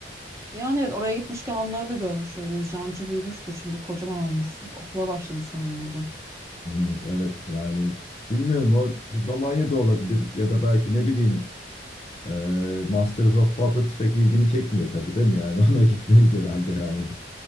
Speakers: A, on the right (about 15°); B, on the left (about 35°).
A: Yani evet oraya gitmişken onları da görmüş oluruz. Cancı büyümüştür şimdi kocaman olmuştur. Okula başladı sanırım o da.
B: Hmm, Evet yani bilmiyorum o Romanya'da olabilir ya da belki ne bileyim Ee, Masters of Puppets pek ilgini çekmiyor tabii değil mi yani? <laughs> Ona gitmeyiz herhalde yani.